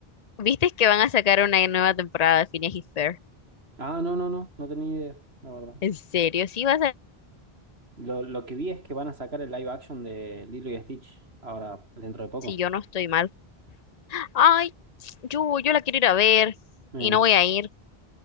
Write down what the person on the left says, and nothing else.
¿Viste que van a sacar una nueva temporada de Phineas y Fer?
¿En serio? Sí, va a ser,
si yo no estoy mal. Ay, yo, yo la quiero ir a ver
y no voy a ir.